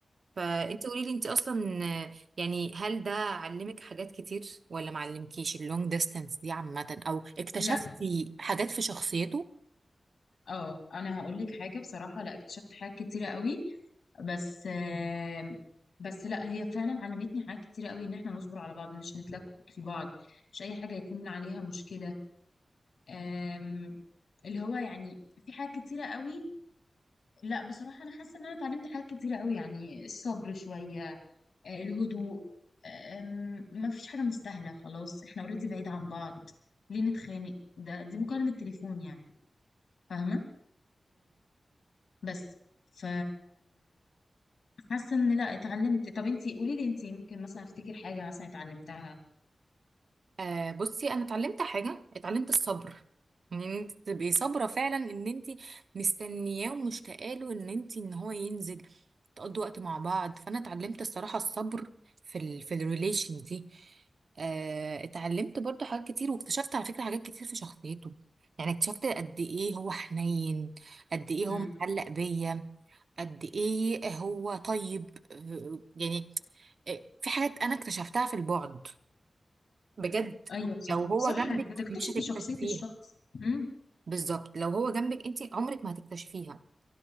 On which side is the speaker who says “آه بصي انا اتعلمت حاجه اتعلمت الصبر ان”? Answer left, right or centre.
Right